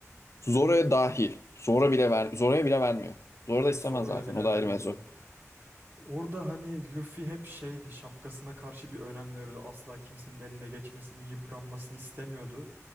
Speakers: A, on the right (about 40°); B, on the left (about 60°).
A: Hani
B: Zora'ya dahil. Zora bile ver, Zora'ya bile vermiyor. Zora
A: evet
B: da istemez
A: Zoro'ya
B: zaten.
A: bile
B: O da
A: vermiyor.
B: ayrı mevzu.
A: Orada hani Luffy hep şeydi şapkasına karşı bir önem veriyordu. Asla kimsenin eline geçmesini, yıpranmasını istemiyordu.